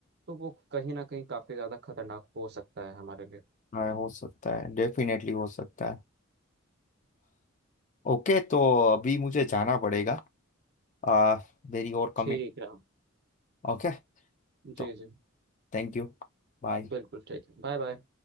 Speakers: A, on the right (about 50°); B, on the left (about 35°).
A: तो वो कहीं ना कहीं काफी ज्यादा खतरनाक हो सकता है हमारे लिए
B: हाँ, हो सकता है डेफिनेटली हो सकता है ओके तो अभी मुझे जाना पड़ेगा आ, मेरी और कमिट
A: ठीक है
B: ओके
A: जी
B: तो
A: जी
B: थैंक यू बाय
A: बिल्कुल ठीक है Bye bye